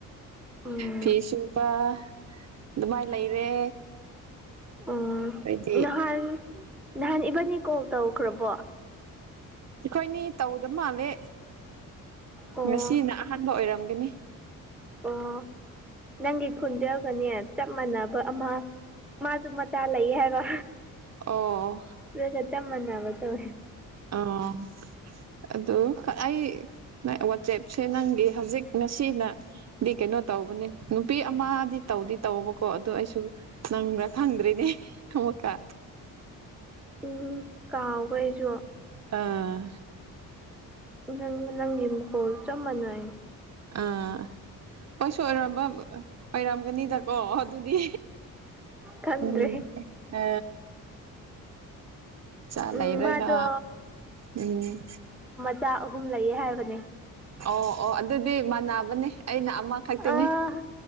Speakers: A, in the centre; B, on the right.
A: ꯎꯝ
B: ꯐꯤ ꯁꯨꯕ ꯑꯗꯨꯃꯥꯏꯅ ꯂꯩꯔꯦ
A: ꯎꯝ
B: ꯑꯩꯈꯣꯏꯗꯤ
A: ꯅꯍꯥꯟ ꯅꯍꯥꯟ ꯏꯕꯥꯅꯤ ꯀꯣꯜ ꯇꯧꯈ꯭ꯔꯕꯣ
B: ꯑꯩꯈꯣꯏꯅꯤ ꯇꯧꯗꯕ ꯃꯥꯜꯂꯦ
A: ꯑꯣ
B: ꯉꯁꯤꯅ ꯑꯍꯥꯟꯕ ꯑꯣꯏꯔꯝꯒꯅꯤ
A: ꯑꯣ ꯅꯪꯒꯤ ꯈꯣꯟꯖꯦꯜꯒꯅꯦ ꯆꯞ ꯃꯥꯟꯅꯕ ꯑꯃ ꯃꯥꯁꯨ ꯃꯆꯥ ꯂꯩ ꯍꯥꯏꯕ
B: ꯑꯣ
A: ꯑꯗꯨꯒ ꯆꯞ ꯃꯥꯟꯅꯕ ꯇꯧꯏ
B: ꯑꯣ ꯑꯗꯨ ꯑꯩ ꯋꯥꯆꯦꯞꯁꯦ ꯅꯪꯒꯤ ꯍꯧꯖꯤꯛ ꯉꯁꯤꯅ ꯗꯤ ꯀꯩꯅꯣ ꯇꯧꯕꯅꯤ ꯅꯨꯄꯤ ꯑꯃꯗꯤ ꯇꯧꯗꯤ ꯇꯧꯕꯀꯣ ꯑꯗꯨ ꯑꯩꯁꯨ ꯅꯪꯔ ꯈꯪꯗ꯭ꯔꯦꯅꯦ ꯑꯃꯨꯛꯀ
A: ꯎꯝ ꯀꯥꯎꯒꯔꯦ ꯑꯩꯁꯨ
B: ꯑꯥ
A: ꯅꯪ ꯅꯪꯒꯤ ꯃꯈꯣꯜ ꯆꯞ ꯃꯥꯟꯅꯩ
B: ꯑꯥ ꯑꯣꯏꯁꯨ ꯑꯣꯏꯔꯝꯕ ꯑꯣꯏꯔꯝꯒꯅꯤꯗꯀꯣ ꯑꯗꯨꯗꯤ
A: ꯈꯪꯗ꯭ꯔꯦ
B: ꯎꯝ ꯑ ꯏꯆꯥ
A: ꯎꯝ
B: ꯂꯩꯔꯒ
A: ꯃꯥꯗꯣ
B: ꯎꯝ
A: ꯏꯆꯥ ꯑꯍꯨꯝ ꯂꯩꯌꯦ ꯍꯥꯏꯕꯅꯦ
B: ꯑꯣ ꯑꯣ ꯑꯗꯨꯗꯤ ꯃꯥꯟꯅꯕꯅꯦ ꯑꯩꯅ ꯑꯃ ꯈꯛꯇꯥꯅꯦ
A: ꯑꯥ